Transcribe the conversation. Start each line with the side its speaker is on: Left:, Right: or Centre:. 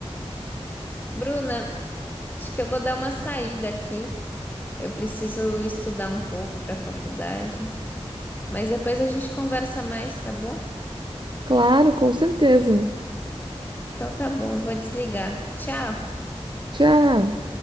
Left: Bruna, acho que eu vou dar uma saída aqui. Eu preciso estudar um pouco para a faculdade, mas depois a gente conversa mais, tá bom?
Right: Claro, com certeza.
Left: Então tá bom, eu vou desligar. Tchau!
Right: Tchau.